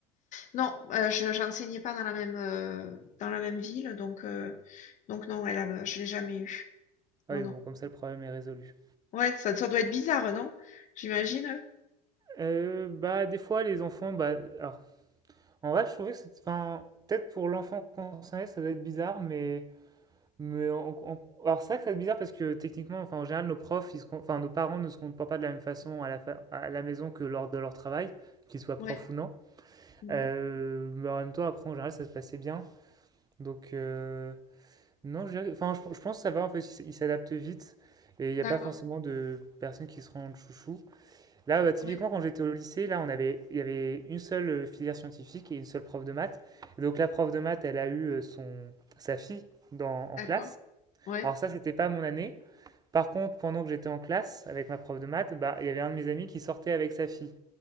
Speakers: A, on the left; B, on the right.
A: Non, euh, je, j'enseignais pas dans la même, euh, dans la même ville, donc, euh, donc non, elle a, je l'ai jamais eu.
B: Ah
A: Non,
B: oui,
A: non.
B: bon, comme ça, le problème est résolu.
A: Ouais, ça, ça doit être bizarre, non? J'imagine.
B: Euh, bah, des fois, les enfants, bah, alors, en vrai, je trouvais que c'est, enfin, peut-être pour l'enfant concerné, ça doit être bizarre, mais, mais en- en- alors c'est vrai que ça doit être bizarre parce que techniquement, enfin, en général, nos profs, ils se com- enfin, nos parents ne se comportent pas de la même façon à la, fa- à la maison que lors de leur travail, qu'ils soient profs
A: Ouais.
B: ou non.
A: Mhm.
B: Euh, mais en même temps, après, en général, ça se passait bien. Donc, euh, Non, je, dirais- enfin, je, je pense que ça va, en fait, ils s- ils s'adaptent vite et il n'y
A: D'accord.
B: a pas forcément de personnes qui se rendent chouchou. Là, bah, typiquement,
A: Ouais.
B: quand j'étais au lycée, là, on avait, il y avait une seule euh, filière scientifique et une seule prof de maths. Et donc, la prof de maths, elle a eu euh, son, sa fille dans, en
A: D'accord.
B: classe.
A: Ouais.
B: Alors, ça, c'était pas mon année. Par contre, pendant que j'étais en classe avec ma prof de maths, bah, il y avait un de mes amis qui sortait avec sa fille.